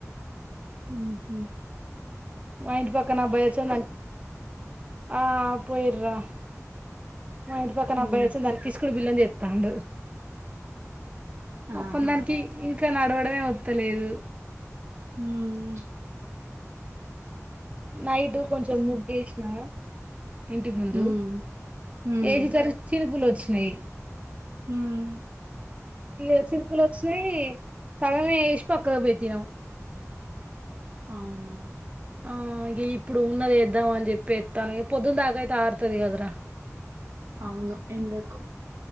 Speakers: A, on the right; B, on the right.
A: హ్మ్ హు
B: మాయింటి పక్కన అబ్బాయి వచ్చి నాక్ ఆ పోయిర్రా మా ఇంటి పక్కన
A: హ్మ్
B: అబ్బాయి వచ్చి దాన్ని పిసికుడు పిల్లని చే త్తండు పాపం
A: ఆహా
B: దానికి ఇంకా నడవడమే వత్తలేదు
A: మ్మ్
B: నైటు కొంచం ముగ్గు ఏసిన ఇంటి ముందు
A: హ్మ్ హ్మ్
B: వేసేసరికి చినుకులు వచ్చినాయి
A: మ్మ్
B: ఇగ చినుకులు వచ్చినాయి సగం ఏసి పక్కకు పెట్టినము <inaudible>
A: అవున
B: ఆ ఇ ఇప్పుడు ఉన్నదేద్దాం అని చెప్పి ఎత్తన్న పొద్దున దాక అయితే ఆరుతది కదరా.
A: అవును ఎండకు